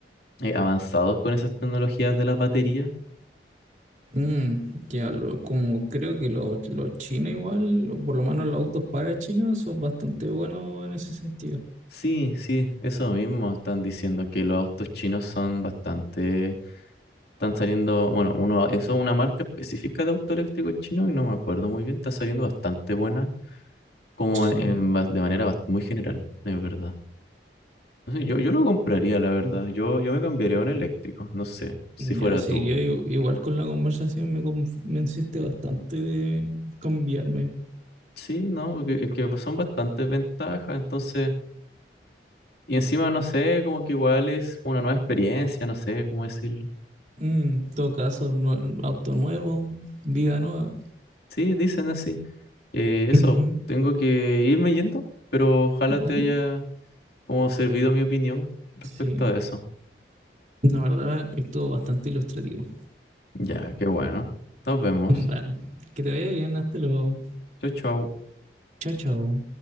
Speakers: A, on the left; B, on the right.
A: eh, avanzados con esas tecnologías de las baterías.
B: Mm, ya lo, como creo que los, los chinos igual, o por lo menos los autos para China son bastante buenos en ese sentido.
A: Sí, sí, eso mismo están diciendo que los autos chinos son bastante, están saliendo, bueno, uno, eso es una marca específica de auto eléctrico chino y no me acuerdo muy bien, está saliendo bastante buena, como
B: Sí,
A: en, ba- de manera bast- muy general, es verdad. No sé, yo, yo lo compraría, la verdad. Yo, yo me cambiaría a un eléctrico, no sé, si
B: Mm,
A: fuera
B: Ya, sí,
A: tú.
B: yo i- igual con la conversación me convenciste bastante de cambiarme.
A: Sí, no, que, que son bastantes ventajas, entonces. Y encima, no sé, como que igual es una nueva experiencia, no sé cómo decirlo.
B: Mm, en todo caso, nue- auto nuevo, vida nueva.
A: Sí, dicen así. Eh, eso,
B: Ujú.
A: tengo que irme yendo, pero ojalá
B: Dale.
A: te haya como servido mi opinión respecto
B: Sí,
A: a eso.
B: la verdad estuvo bastante ilustrativo.
A: Ya, qué bueno. Nos vemos.
B: Vale, que te vaya bien, hasta luego.
A: Chau, chau.
B: Chao, chao.